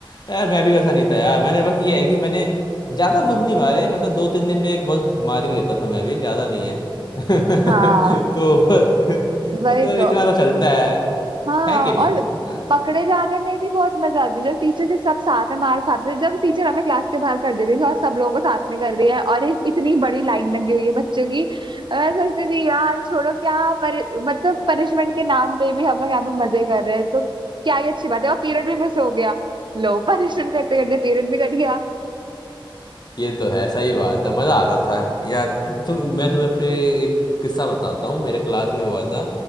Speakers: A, on the left; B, on the right.
A: यार मैं भी वैसा नहीं था यार मैंने बस ये है कि मैंने ज्यादा बंक नहीं मारे मतलब दो तीन दिन में एक बंक मार ही लेता था मैं भी ज्यादा नहीं है <laughs> तो,
B: हाँ
A: तो,
B: वही
A: तो
B: तो
A: इतना तो चलता है
B: हाँ
A: है कि नहीं
B: और
A: इतना
B: पकड़े जाने में भी बहुत मजा आती है जब टीचर से सब साथ में मार खाते थे जब टीचर हमें क्लास के बाहर कर देती थी और सब लोगों को साथ में कर रही है और एक इतनी बड़ी लाइन लगी हुई है बच्चों की मैं सोचती थी यार छोड़ो क्या परि मतलब पनिशमेंट के नाम पे भी हम लोग यहाँ पे मजे कर रहे हैं तो क्या ही अच्छी बात है और पीरियड भी मिस हो गया लो <laughs> पनिशमेंट करते करते पीरियड भी कट गया
A: ये तो है सही बात है मजा आता था यार तुम मैं तुम्हें अपने एक किस्सा बताता हूँ मेरे क्लास में हुआ था